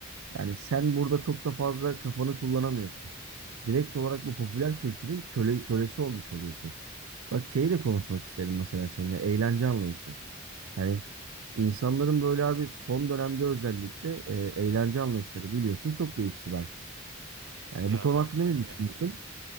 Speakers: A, on the right; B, on the right.
A: Yani sen burada çok da fazla kafanı kullanamıyorsun. Direkt olarak bu popüler kültürün köle, kölesi olmuş oluyorsun. Bak şeyi de konuşmak isterim mesela seninle. Eğlence anlayışı. Hani insanların böyle abi son dönemde özellikle e, eğlence anlayışları biliyorsun çok değişti belki. Yani
B: Ya
A: bu konu
B: bak
A: hakkında
B: şimdi.
A: ne düşünüyorsun?